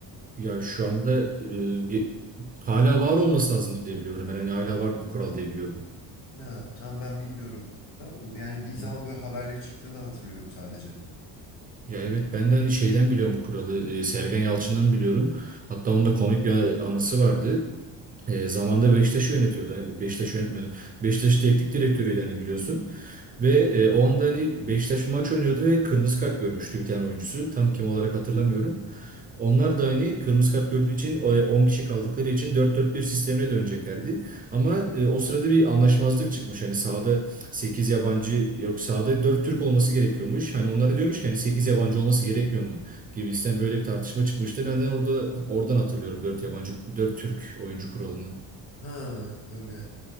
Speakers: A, on the right (about 20°); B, on the left (about 85°).
A: Ya şu anda e, ge- hala var olması lazım diye biliyorum. Ben hani hala var bu kural diye biliyorum.
B: Ha, tam ben bilmiyorum. Ha, o- yani bir zaman
A: Hı.
B: böyle haberleri çıktığını hatırlıyorum sadece.
A: Ya evet ben de hani şeyden biliyorum bu kuralı. E, Sergen Yalçın'dan biliyorum. Hatta onda komik bir anısı vardı. E, zamanda Beşiktaş'ı yönetiyordu. Hani Beşiktaş yönetmiyordu. Beşiktaş teknik direktörüydü hani biliyorsun. Ve e, o anda hani Beşiktaş bir maç oynuyordu ve kırmızı kart görmüştü bir tane oyuncusu. Tam kim olarak hatırlamıyorum. Onlar da hani kırmızı kart gördüğü için e, 10 kişi kaldıkları için dört dört bir sistemine döneceklerdi. Ama e, o sırada bir anlaşmazlık çıkmış. Hani sahada 8 yabancı yok sahada 4 Türk olması gerekiyormuş. Hani onlara diyormuş ki hani 8 yabancı olması gerekmiyor mu? Gibisinden böyle bir tartışma çıkmıştı. Ben de orada oradan hatırlıyorum dört yabancı dört Türk oyuncu kuralını.
B: Ha öyle.